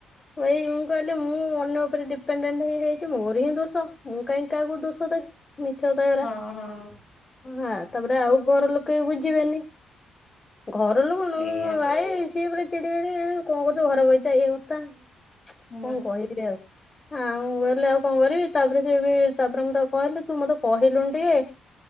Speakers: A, on the left (about 20°); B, on the left (about 35°).
A: ଭାଇ ମୁଁ କହିଲି ମୁଁ ମୁଁ ଅନ୍ୟ ଉପରେ ଡିପେଣ୍ଡେଣ୍ଟ ହେଇଯାଇଛି ମୋର ହିଁ ଦୋଷ ମୁଁ କାହିଁକି କାହାକୁ ଦୋଷ ଦେବି? ମିଛ କଥା ଏରା
B: ହଁ ହଁ।
A: ହଁ ତାପରେ ଆଉ ଘର ଲୋକେ ବି ବୁଝିବେନି ଘର ଲୋକ
B: ସେଇଆ
A: ନୁହଁ ମ ଭାଇ। ସିଏ ପୁରା ଚିଡି ମିଡି କଣ କରୁଛ ଘର ବହିତା ଇଏ କଥା କଣ
B: ହୁଁ
A: କହି ହଁ। ମୁଁ କହିଲି ଆଉ କଣ କରିବି ତାପରେ ସେ ତାପରେ ମୁଁ କହିଲି ତୁ ମତେ କହିଲୁନି ଟିକେ।